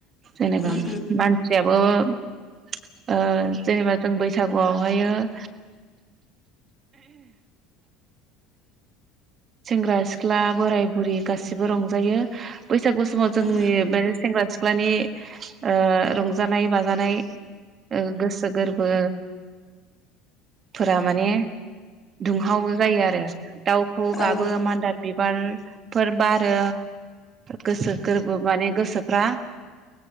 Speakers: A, on the right; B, on the left.
A: जेनेबा
B: उम उम
A: मानसिया बो ओ जेनेबा जों बैसागुआव हाययो <inaudible> सेंग्रा सिख्ला बोराइ बुरि गासैबो रंजायो। बैसागु समाव जोंनि
B: उम
A: लाइमोन सेंग्रा सिख्ला सिख्लानि ओ रंजानाय बाजानाय ओ गोसो गोरबो फोरा माने दुंहाव जायो आरो दाउ खौऔ गाबो
B: उम औ
A: मान्दार बिब बारफोर बारो गोसो गोरबो माने गोसोफ्रा